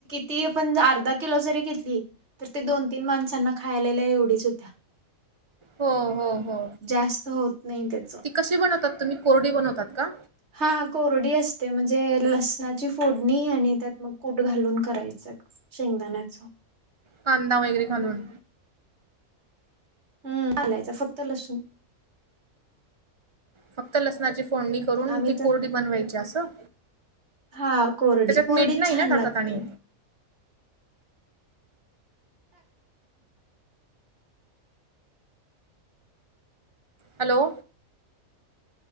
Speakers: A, on the right (about 50°); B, on the right (about 25°).
A: ती आपण अर्धा किलो जरी घेतली तर ते दोन, तीन माणसांना खायलाल्या एवढीच होत्या
B: हो, हो, हो
A: जास्त होत नाही त्याच
B: ती कशी बनवतात तुम्ही कोरडी बनवतात का
A: हा कोरडी असते म्हणजे लसणाची फोडणी आणि त्यात मग कूट घालून करायचं शेंगदाण्याच
B: कांदा वगैरे घालून.
A: हम्, घालायच फक्त लसून.
B: फक्त लसणाची फोडणी करून
A: आम्ही
B: ती कोरडी
A: तर
B: बनवायची असं?
A: हा कोरडी
B: त्याच्यात
A: कोरडी
B: मीठ नाही
A: छान
B: ना टाकत
A: लागते.
B: आणि? हॅलो.